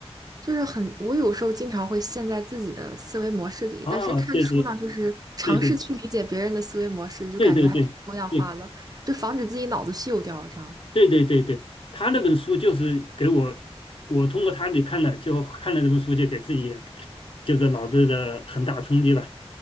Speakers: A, on the right; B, on the left.
A: 就是很，我有时候经常会陷在自己的思维模式里，
B: 啊，
A: 但是看书呢，
B: 对对
A: 就是尝试去理解别人的思维模式，
B: 对对
A: 就感觉还挺多样化的，
B: 对对对对对
A: 就防止自己脑子锈掉这样。
B: 对对对对，他那本书就是给我，我通过他里看的，就看了这本书，就给自己就是脑子的很大冲击吧。